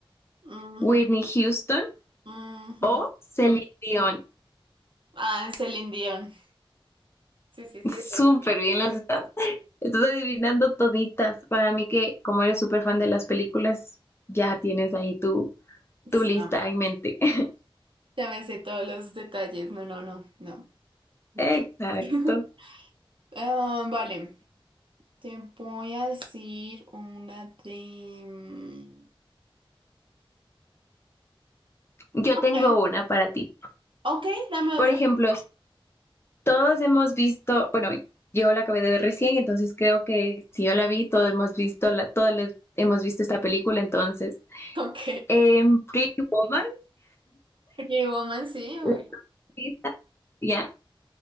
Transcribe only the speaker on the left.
Whitney Houston
O Celine Dion.
Súper
bien las estás. Estás adivinando toditas. Para mí que como eres súper fan de las películas, ya tienes ahí tu,
tu lista en mente. <laughs>
Exacto.
Yo
tengo una para ti.
Por
ejemplo, todos hemos visto, bueno, yo la acabé de ver recién, entonces creo que si yo la vi, todos hemos visto la, todos le- hemos visto esta película, entonces.
En Pretty Woman,
la artista, ya,